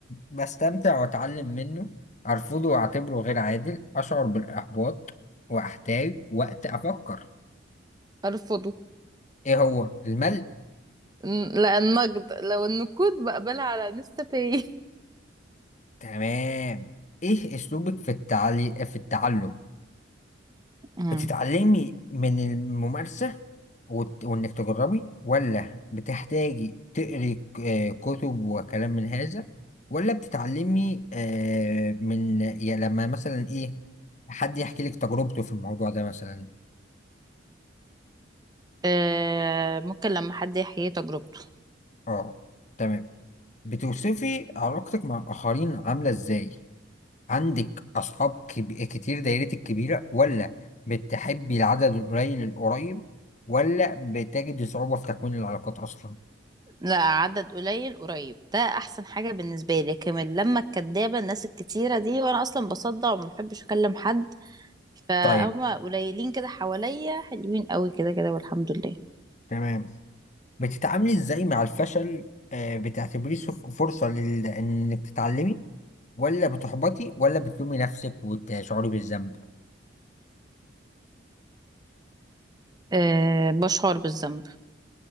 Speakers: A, on the left (about 40°); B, on the right (about 20°).
A: بستمتع واتعلم منه ارفضه واعتبره غير عادل اشعر بالاحباط واحتاج وقت افكر
B: ارفضه
A: ايه هو الملل
B: ن- لا النقد لو النقود بقبلها على انستا باي
A: تمام ايه اسلوبك في التعلي... في التعلم
B: أمم.
A: بتتعلمي من الممارسة وت... وانك تجربي ولا بتحتاجي تقري ك- آه، كتب وكلام من هذا ولا بتتعلمي آه، من يا لما مثلا ايه حد يحكي لك تجربته في الموضوع ده مثلا
B: آه، ممكن لما حد يحيي تجربته
A: اه تمام بتوصفي علاقتك مع الآخرين عاملة ازاي عندك أصحاب كب... كتير دايرتك كبيرة ولا بتحبي العدد القليل القريب ولا بتجدي صعوبة في تكوين العلاقات أصلا؟
B: لا عدد قليل قريب ده احسن حاجه بالنسبه لي لكن لما الكدابه الناس الكتيره دي وانا اصلا بصدع وما بحبش اكلم حد فهم
A: طيب
B: قليلين كده حواليا حلوين قوي كده كده والحمد لله
A: تمام بتتعاملي إزاي مع الفشل؟ آه بتعتبريه صف- فرصة لل... إنك تتعلمي ولا بتحبطي ولا بتلومي نفسك وتشعري بالذنب؟
B: أه بشعر بالذنب